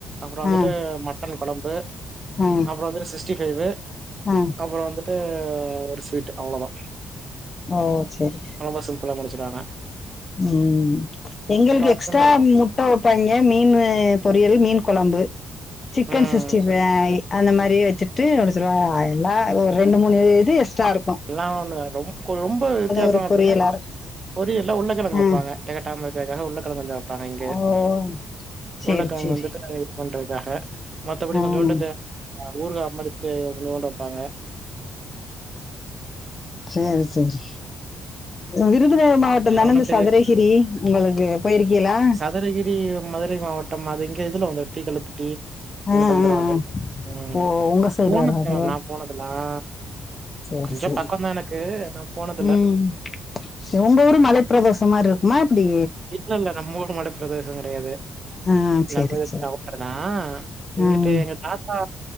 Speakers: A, on the right; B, on the left.
A: அப்றோ வந்துட்டு
B: ஆ
A: மட்டன் கொழம்பு
B: ஆ
A: அப்றோ வந்துட்டு சிஸ்டி ஃபைவு
B: ஆ
A: அப்றோ வந்துட்டு ஒரு ஸ்வீட்டு அவ்ளதா
B: ஓ செரி
A: ரொம்ப சிம்ப்புளா முடிச்சுடுஆங்க
B: ம் எங்களுக்கு
A: இடத்துலயுமே
B: எக்ஸ்ட்டா
A: இருக்கும்.
B: முட் முட்ட ஒப்பாய்ங்க மீன்னு பொரியல் மீன் கொழம்பு சிக்கன்
A: ம்.
B: சிக்ஸ்டி ஃபைவ் அந்த மாரி வெச்சுட்டு ஒரு சொலுவாக எல்லா ஒரு ரெண்டு மூணு இது எக்ஸ்ட்டா இருக்
A: எல்லா ஒண்ணு ரொம் ஒரு ரொம்ப வித்தியாசோ
B: ஒரு
A: அப்படின்னா
B: பொரியலா இருக்கு
A: பொரியல்ல உள்ளக்கெழங்கு வெப்பாங்க
B: ஆ
A: தெகட்டாம இருக்காக உள்ளக்கெழங்க கொஞ்சொ பாங்க இங்கெ
B: ஓ சேரி
A: உள்ளக்கெழங்க
B: சேரி
A: வந்துட்டு ஒண்டறத்துக்காக மத்தபடி
B: ஆ
A: கொஞ்சோண்டு ந்த அ ஊறுகா மரித்து கொஞ்சோண்டு வெப்பாங்க
B: சேரி சரி விருதுநகர் மாவட்டதன
A: வேற ஒண்ணும்
B: ந்த
A: பெரிய
B: சதுரகிரி
A: வித்தியாசம்
B: உங்களுக்கு பொயிருக்கீகளா
A: சதுரகிரி மதுரை மாவட்டம் அது இங்க இதுல வந்துட் டீக்கள்ளுப்பட்டி அங்குட்டு
B: ஆ
A: வந்துரும்
B: ஆ
A: அது
B: ஆ
A: ம்
B: ஓ உங்க சைடு
A: போனத்ல
B: வராதோ
A: நா போனதுல்ல ஆ
B: சேரி
A: கொஞ்சம்
B: சேரி
A: பக்கம் தான் எனக்கு. நான் போனதில்ல.
B: ம் உங்க ஊரு மலை பிரதேசம் மாரிருக்குமா எப்புடி
A: இல்ல இல்ல நம்ம ஊரு மலை பிரதேசங் கெடையாது
B: ஆ
A: நம்ம
B: சேரி
A: இதுக்
B: சேரி
A: அவுட்டர் நா இங்குட்டு
B: ம்
A: எங்க தாத் தா